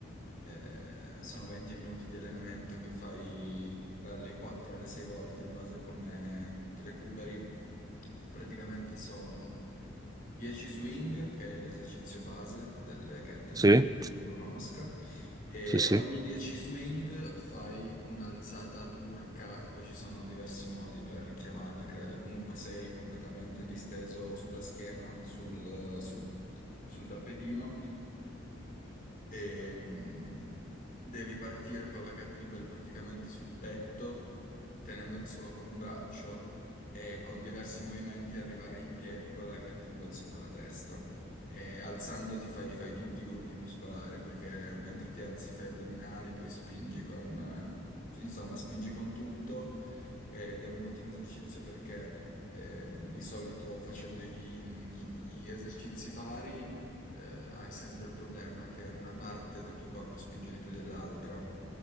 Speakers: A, on the left (about 45°); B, on the right (about 20°).
A: eh, sono 20 minuti di allenamento che fai dalle 4 alle 6 volte in base a come recuperi praticamente sono 10 swing, che è l'esercizio base delle kettlebell,
B: Sì,
A: immagino tu lo conosca, e
B: sì, sì.
A: ogni 10 swing fai un'alzata turca, poi ci sono diversi modi per chiamarla, credo, comunque sei completamente disteso sulla schiena, sul, su- sul tappetino e mm, devi partire con la kettlebell praticamente sul petto, tenendola solo con un braccio e con diversi movimenti arrivare in piedi con la kettlebell sopra la testa. E alzandoti fai, fai tutti i gruppi muscolari perché mentre ti alzi fai addominali, poi spingi con, eh, insomma, spingi con tutto ed è un ottimo esercizio perché eh, di solito facendo gli, gli esercizi pari eh, hai sempre il problema che una parte del tuo corpo spinge di più dell'altra,